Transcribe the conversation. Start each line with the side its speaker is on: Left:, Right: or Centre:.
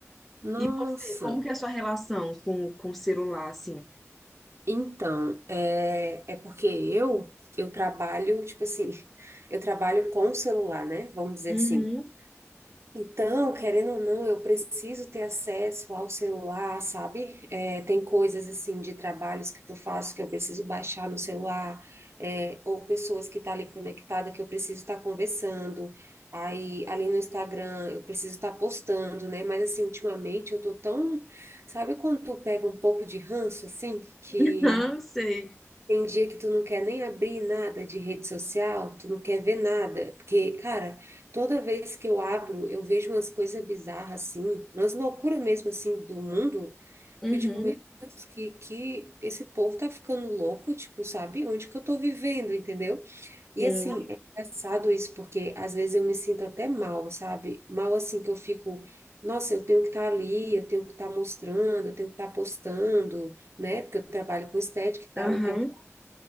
Right: nossa.
Centre: E você, como que é a sua relação com, com o celular, assim?
Right: Então, é, é porque eu eu trabalho, tipo assim, <laughs> eu trabalho com o celular, né? Vamos dizer
Centre: Uhum,
Right: assim. Então, querendo ou não, eu preciso ter acesso ao celular, sabe? É, tem coisas assim de trabalhos que eu faço que eu preciso baixar no celular, é, ou pessoas que estão ali conectadas que eu preciso estar conversando. Aí, ali no Instagram, eu preciso estar postando, né? Mas assim, ultimamente eu tô tão, sabe quando tu pega um pouco de ranço assim, que
Centre: <laughs> aham, sei.
Right: tem dia que tu não quer nem abrir nada de rede social, tu não quer ver nada, porque, cara, toda vez que eu abro, eu vejo umas coisas bizarras assim, umas loucuras mesmo assim do mundo,
Centre: Uhum,
Right: que eu digo, meu Deus, que, que esse povo tá ficando louco, tipo, sabe? Onde que eu tô vivendo, entendeu? E
Centre: sim.
Right: assim, é engraçado isso, porque às vezes eu me sinto até mal, sabe? Mal assim que eu fico, nossa, eu tenho que estar ali, eu tenho que estar mostrando, eu tenho que estar postando né? Porque eu trabalho com estética e tal,
Centre: Aham,
Right: eu tenho que